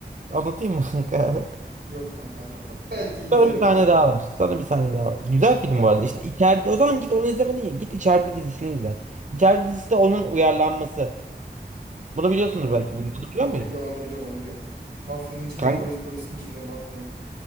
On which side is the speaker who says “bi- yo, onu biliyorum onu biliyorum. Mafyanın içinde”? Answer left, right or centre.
Right